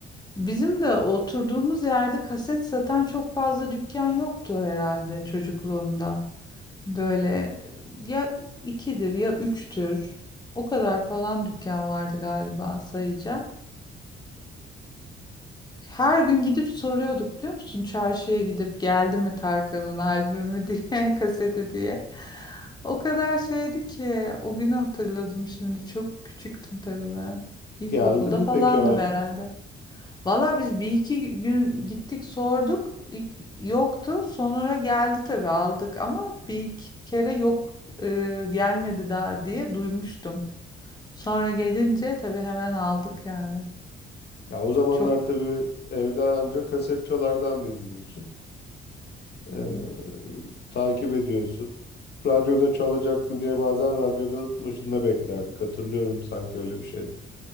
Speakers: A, on the left; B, on the left.
A: Bizim de oturduğumuz yerde kaset satan çok fazla dükkan yoktu herhalde çocukluğumda. Böyle ya ikidir ya üçtür. O kadar falan dükkan vardı galiba sayacağım. Her gün gidip soruyorduk biliyor musun? Çarşıya gidip geldi mi Tarkan'ın albümü diye, <laughs> kaseti diye. O kadar şeydi ki o günü hatırladım şimdi. Çok küçüktüm tabii ben. İlkokulda
B: Geldi mi
A: falandım
B: peki albüm?
A: herhalde. Valla biz bir iki gün gittik sorduk. İlk- Yoktu. Sonra geldi tabii aldık ama bir iki kere yok e, gelmedi daha diye duymuştum. Sonra gelince tabii hemen aldık yani.
B: Ya o zamanlar
A: Çok
B: tabii evde ancak kaset çalardan dinliyorsun. Ee,
A: e,
B: takip ediyorsun. Radyoda çalacak mı diye bazen radyoda başında beklerdik. Hatırlıyorum sanki öyle bir şeydi.